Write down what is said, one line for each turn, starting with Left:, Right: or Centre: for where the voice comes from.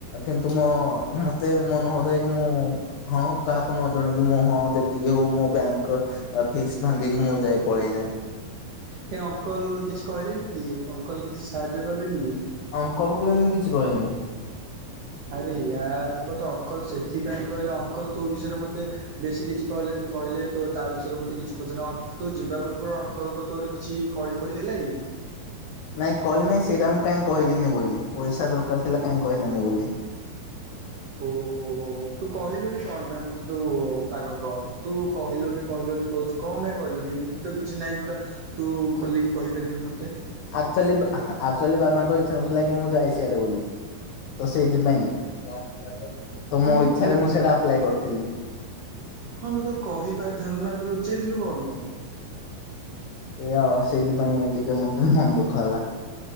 Left: କିନ୍ତୁ ମୋ ମତେ ମନ ହଉଥାଏ କି ମୁଁ ହଁ କାହାକୁ ନ ଜଣେଇିକି ମୁଁ ହଁ ଯେତିକି ହଉ ମୋ ବ୍ୟାଙ୍କ ଫିକ୍ସ ଭାଙ୍ଗିକି ମୁଁ ଯାଏ ପଳେଇଯାଏ।
Right: କାହି ଅଙ୍କଲ କିଛି କହିଲେନି କି ଅଙ୍କଲ କିଛି ସାହାଯ୍ୟ କଲେନି କି?
Left: ଅଙ୍କଲକୁ ବି ମୁଁ କିଛି କହିନି।
Right: ଆରେ ୟାର ମୋତେ ଅଙ୍କଲ ସେଥିପାଇଁ କହିଲେ ଅଙ୍କଲ ତୋ ବିଷୟରେ ମୋତେ ବେଶୀ କିଛି କହିଲେନି କହିଲେ ତୋ ତା ବିଷୟରେ ମତେ କିଛି ପଚାରେନି ଅ ତୁ ଯିବା ପୂର୍ବରୁ ଅଙ୍କଲ କ ତୋର କିଛି କଳି ଫଳି ହେଲା କି?
Left: ନାଇଁ କହିଲେ ନାଇଁ ସେଇଟା ମୁଁ କହିଁ କହିଲିନି ବୋଲି ପଇସା ଦରକାର ଥିଲା କାହିଁ କହିଲିନି ବୋଲି।
Right: ଓହୋ ତୁ କହିଲୁନି କଣ ପାଇଁ ମତେ ତୁ ଆଗ କହ ତୁ କହିଲୁନି କହିଲୁନି କହୁଛୁ କଣ ପାଇଁ କହିଲୁନି ଏମିତି ତ କିଛି ନାହିଁ ଯୋଉଟା ତୁ ଖୋଲିକି କହିପାରିବୁନି ମତେ।
Left: ଆକଚୁଆଲି ଆକଚୁଆଲି ବାବାଙ୍କ ଇଛା ନଥିଲା କି ମୁଁ ଯାଏ ସିଆଡେ ବୋଲି। ତ ସେଇଥିପାଇଁ ତ
Right: ହଁ
Left: ମୋ
Right: ତୁ
Left: ଇଚ୍ଛାରେ
Right: ତୁ ହଁ
Left: ମୁଁ ସେଇଟା ଆପ୍ଲାଏ କରିଥିଲି।
Right: ହଁ ତ ତୁ କହିପାରିଥାନ୍ତୁ ନା ତୁ ଲୁଚେଇଥିଲୁ କଣ ପାଇଁ?
Left: ଏଇଆ ଆଉ ସେଇଥିପାଇଁ ଟିକେ ମତେ ମନ ଦୁଃଖ ହେଲା।